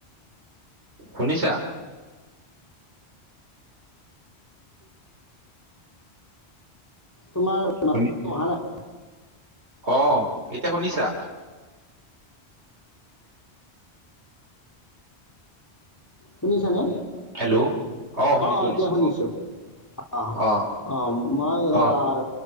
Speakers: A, on the right; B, on the left.
A: শুনিছা
B: তোমাৰ মান
A: শুনি
B: অহা নাই
A: অ এতিয়া শুনিছা
B: শুনিছানে
A: হেল্ল' অ শুনিছো
B: আহ এতিয়া শুনিছো
A: অ
B: আহ
A: অ
B: আহ মই
A: অ
B: আহ